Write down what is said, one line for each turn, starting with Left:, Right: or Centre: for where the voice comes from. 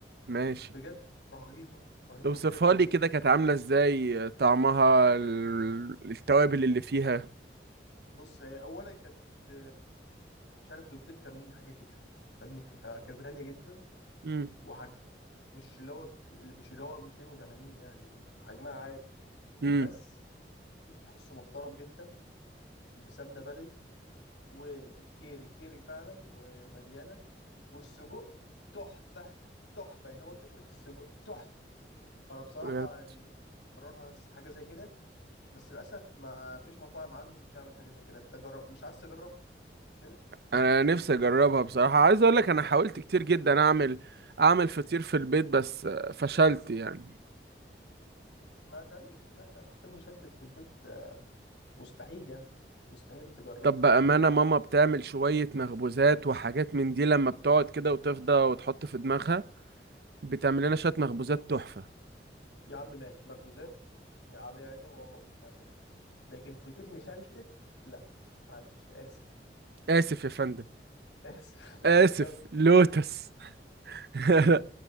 Right: ماشي
Left: بجد رهيبة رهيبة
Right: اوصفها
Left: بجد رهيبة
Right: لي كده كانت عاملة ازاي طعمها ال- التوابل اللي فيها
Left: بص هي أولا كانت ب... مش عارف ب 280 حاجة كده فاهمني فكانت غالية جدا
Right: امم
Left: وح... مش اللي هو اللي مش اللي هو 280 يعني حجمها عادي
Right: امم
Left: بس فطير تحسه محترم جدا بسمنه بلدي والكيري كيري فعلا ومليانه والسجق تحفه تحفه يعني هو الفكره في السجق تحفه فانا بصراحه
Right: بجد
Left: يعني قررها حاجه زي كده بس للاسف ما فيش مطاعم عندي بتعمل حاجه زي كده انت جرب مش عايز تجرب كده
Right: انا نفسي اجربها بصراحة عايز اقول لك انا حاولت كتير جدا اعمل اعمل فطير في البيت بس فشلت يعني
Left: ما تعملش لا لا فطير مشلتت في البيت مستحيل يعني مستحيل تجرب
Right: طب بأمانة ماما بتعمل شوية مخبوزات وحاجات من دي لما بتقعد كده وتفضى وتحط في دماغها بتعمل لنا شوية مخبوزات تحفة
Left: يا عم ماشي مخبوزات يعني، على يعني ولا راسي تعملها لكن فطير مشلتت لا معلش اسف
Right: آسف يا فندم
Left: <laughs> اسف ما تقدرش
Right: آسف
Left: تعمل فطير
Right: لوتس <laughs>